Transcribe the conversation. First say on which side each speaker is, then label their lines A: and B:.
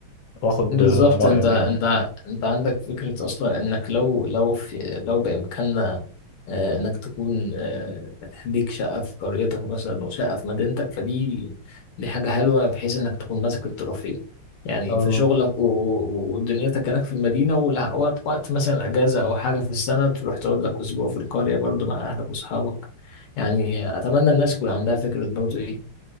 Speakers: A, on the left; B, on the left.
A: واخد
B: بالظبط
A: رأيك
B: انت انت
A: يعني
B: انت عندك فكرة اصلا انك لو لو في لو بامكاننا آه، انك تكون آه، ليك شقة في قريتك مثلا وشقة في مدينتك فدي دي حاجة حلوة بحيث انك تكون ماسك الطرفين يعني
A: اه
B: في شغلك و- ودنيتك هناك في المدينة ولا- وقت وقت مثلا اجازة او حاجة في السنة تروح تقعد لك اسبوع في القرية برضو مع اهلك واصحابك يعني اتمنى الناس يكون عندها فكرة برضو ايه